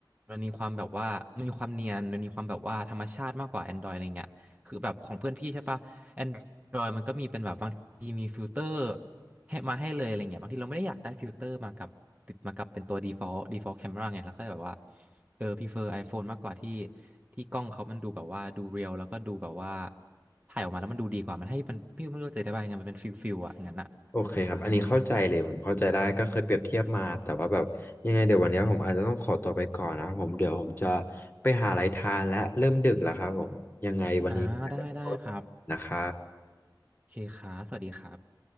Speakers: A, on the right (about 20°); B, on the left (about 25°).
A: มันมีความแบบว่ามันมีความเนียนมันมีความแบบว่าธรรมชาติมากกว่า Android อะไรเงี้ยคือแบบของเพื่อนพี่ใช่ปะ Android มันก็มีเป็นแบบบางทีมีฟิลเตอร์ให้มาให้เลยอะไรเงี้ยบางทีเราไม่ได้อยากได้ฟิลเตอร์มากับติดมากับเป็นตัว default default camera ไงเราก็แบบว่า เออพ r เฟอร์ iPhone มากกว่าที่ที่กล้องเขามันดูแบบว่าดูเรียลแล้วก็ดูแบบว่าถ่ายออกมาแล้วมันดูดีกว่ามันให้มันพี่ไม่รู้จะอธิบายยังไงมันเป็นฟิลฟิลอะงั้นอะ
B: โอเคครับ อันนี้เข้าใจเลยผมเข้าใจได้ก็เคยเปรียบเทียบมาแต่ว่าแบบยังไงเดี๋ยววันนี้ผมอาจจะต้องขอตัวไปก่อนนะครับผมเดี๋ยวผมจะไปหาอะไรทานและเริ่มดึกแล้วครับผมยังไงวันนี้อาจจะขอ
A: อ่าได้ได้ครับ
B: นะครับ
A: โอเคครับสวัสดีครับ